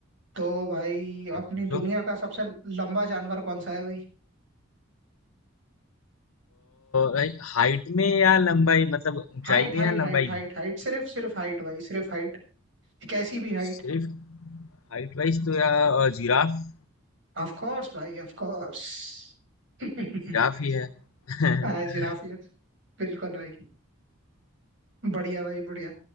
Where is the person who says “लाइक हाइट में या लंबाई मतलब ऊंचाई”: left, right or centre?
Left